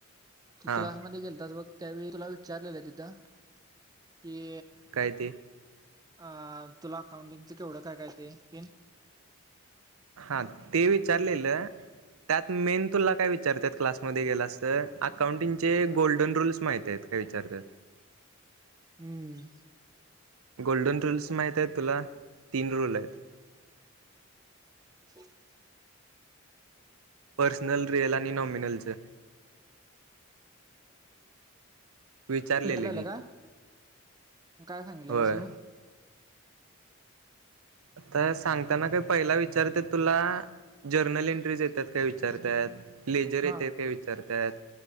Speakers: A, on the right; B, on the right.
A: तू
B: हां
A: क्लासमध्ये गेलतास बग त्यावेळी तुला विचारलेलं तिथं. की
B: काय ते?
A: अं, तुला अकाउंटिंगचं केवड काय काय येतय ते.
B: हां ते विचारलेलं त्यात मेन तुला काय विचारत्यात क्लासमध्ये गेलास तर, आकाउंटिंगचे गोल्डन रूल्स माहित हाईत काय विचारत्यात.
A: हम्म
B: गोल्डन रूल्स माईत हाईत तुला? तीन रूल हायत.
A: <inaudible> <unintelligible> <unintelligible>
B: पर्सनल रिअल आणि नॉमिनलचं विचारलेले
A: विचारलेला
B: की
A: का? काय सांगितलेलस
B: होय
A: तू?
B: आता सांगताना काही पहिला विचारते तुला, जर्नल एंट्रीज येतात काय विचारतात. लेजर येतात
A: हा
B: काय विचारतात,